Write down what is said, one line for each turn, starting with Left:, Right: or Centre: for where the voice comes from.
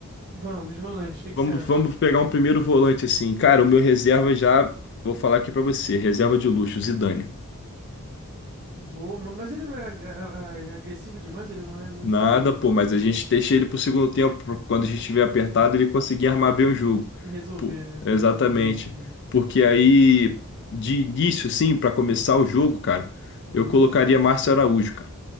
Right: Vamos, Volandes, o que que
Left: Vamos,
Right: você acha?
Left: vamos pegar um primeiro volante assim. Cara, o meu reserva já. Vou falar aqui pra você. Reserva de luxo, Zidane.
Right: Boa, ma- mas ele não é ag- a- a- agressivo demais, ele não é muito
Left: Nada, pô, mas a gente deixa ele pro segundo tempo. pro- Quando a gente estiver apertado, ele conseguir armar bem o jogo.
Right: resolver,
Left: Pô,
Right: né? Be-
Left: exatamente.
Right: Entendi, entendi.
Left: Porque aí, de início, assim, pra começar o jogo, cara,
Right: Uhum.
Left: eu colocaria Márcio Araújo, cara.